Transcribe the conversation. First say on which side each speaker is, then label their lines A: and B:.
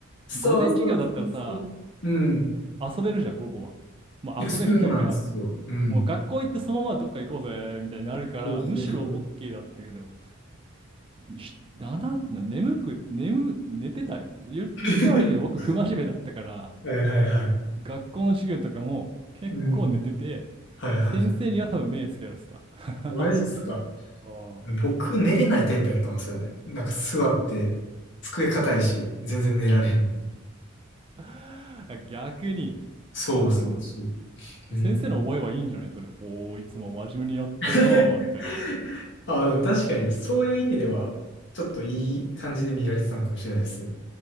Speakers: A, on the left (about 60°); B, on the right (about 25°).
A: そうそうそうそう。
B: 午前授業だったらさ、
A: うん。
B: 遊べるじゃん、午後は。まあ遊べるというか、
A: いや、そうなんですよ。うん。
B: もう学校行ってそのままどっか行こうぜ、みたいになるから、
A: そうそうそう。
B: むしろ OK だったけど、ひだな、眠く、眠、寝てたよ。言、
A: <laughs>
B: 言っちゃ悪いけど、僕、不真面目だったから、
A: はいはいはい。
B: 学校の授業とかも結構寝てて、
A: うん。はいはい。
B: 先生には多分目つけられてた。<laughs>
A: マジっすか。
B: うん
A: 僕、寝れないタイプやったんですよね。なんか座って、机硬いし、全然寝られへん。
B: <laughs>。逆に。
A: そうそうそう。
B: ああ、でも、
A: うん。
B: 先生の覚えはいいんじゃないそれ。おー、いつも真面目にやっとるなーみたいな。
A: <laughs>
B: だ
A: ああ、でも確かにそういう意味では、ちょっといい感じで見られてたのかもしれないです。